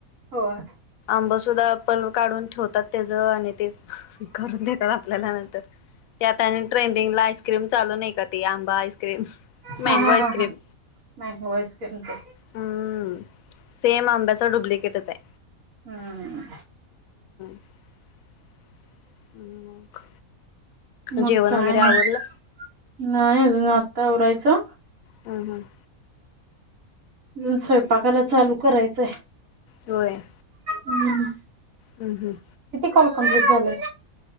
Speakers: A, on the right; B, on the left.
A: होय.
B: आंब सुद्धा पल काढून ठेवतात त्याच आणि ते करून देतात आपल्याला नंतर त्यात आणि ट्रेंडिंगला आईस्क्रीम चालू नाही का ते आंबा आईस क्रीम मँंगो
A: हा हा
B: आईसक्रीम
A: हा हा मँगो आईस्क्रीम ते.
B: हम्म सेम आंब्याचा डुप्लिकेटच आहे.
A: हम्म.
B: <inaudible> आणि मग
A: मग
B: जेवण
A: काय
B: वगैरे आवरलं
A: मग नाही अजून आत्ता आवरायचं.
B: हम्म हम्म
A: अजुन स्वयंपाकाला चालू करायचंय.
B: होय.
A: हम्
B: हम्म हम्म.
A: काल कंप्लीट झालं.